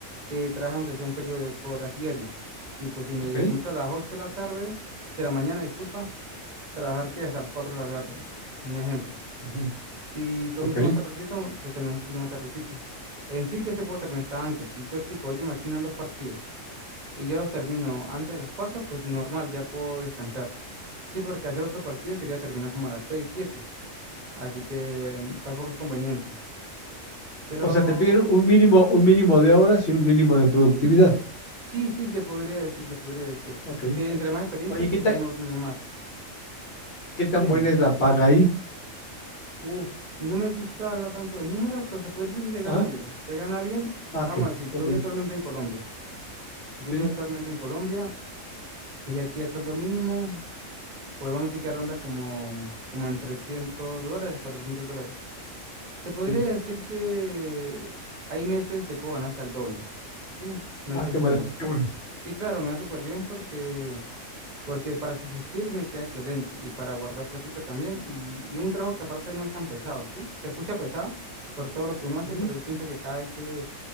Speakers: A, on the right; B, on the left.
A: que trabaje aunque sea un periodo de ocho horas diario. Tipo, si me
B: ¿Ok?
A: comienzo a las ocho de la tarde, de la mañana, disculpa, trabajar que hasta las cuatro de la tarde. Un ejemplo.
B: ujú,
A: Si comienzo
B: Ok.
A: más tardecito, pues termino un poquito más tardecito. En sí, yo se puedo terminar hasta antes. Si yo, tipo, ellos me asignan dos partidos y yo los termino antes de las cuatro pues normal, ya puedo descansar. Sí, porque hacer otro partido sería terminar como a las seis siete así que mm, tampoco es conveniente. Pero
B: O sea, te piden un mínimo, un mínimo de horas y un mínimo de productividad.
A: sí, sí, se podría decir, se podría decir.
B: Ok.
A: Que entre más experiencia,
B: Oye,
A: pues
B: ¿qué ta-
A: uno rinde más.
B: qué tan
A: Sí, dime.
B: buena es la paga ahí?
A: Uf, no me gusta hablar tanto de números, pero se puede decir que se gana
B: Ah,
A: bien. Se gana bien,
B: ah,
A: vamos
B: ok.
A: a decir, yo
B: Ok.
A: vivo actualmente en Colombia. Yo
B: Sí,
A: vivo actualmente en Colombia y aquí el sueldo mínimo, pues vamos a decir que ronda como, como en 300 dólares, 400 dólares. Se podría
B: sí.
A: decir que hay meses que puedo ganar hasta el doble. Sí, meses
B: Ah, qué
A: buenos.
B: maravilla, qué
A: Y claro, me va súper bien porque, porque para subsistir me queda excelente y para guardar plática también. Y, y un trabajo que aparte no es tan pesado, ¿sí? Se escucha pesado por todo lo que uno hace,
B: bueno.
A: pero siento que cada vez que